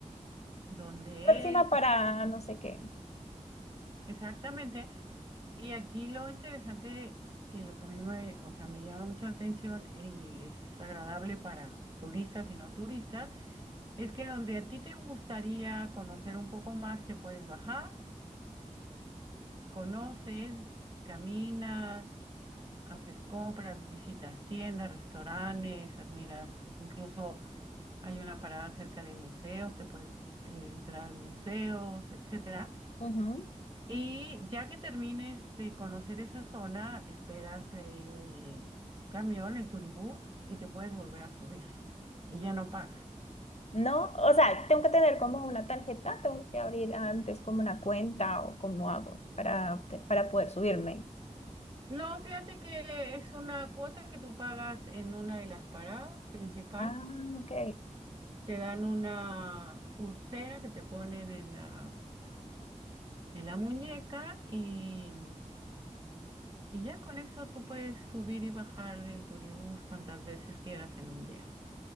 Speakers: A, on the right; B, on the left.
A: dónde
B: Próxima
A: es,
B: parada,
A: etcétera.
B: no sé qué.
A: Exactamente. Y aquí lo interesante y lo que a mí me, o sea, me llama mucho la atención y es agradable para turistas y no turistas, es que donde a ti te gustaría conocer un poco más, te puedes bajar, conoces, caminas, haces compras, visitas tiendas, restaurantes, admiras, incluso hay una parada cerca de museos, te puedes eh, entrar a museos, etcétera.
B: Ujú.
A: Y ya que termines de conocer esa zona, esperas el camión, el turibús, y te puedes volver a subir. Y ya no pagas.
B: No, o sea, tengo que tener como una tarjeta, tengo que abrir antes como una cuenta o cómo hago para, obte- para poder subirme.
A: No, fíjate que es una cuota que tú pagas en una de las paradas principales.
B: Ah, ok.
A: Te dan una pulsera que te ponen en la, en la muñeca y, y ya con eso tú puedes subir y bajar del turibús cuantas veces quieras en un día.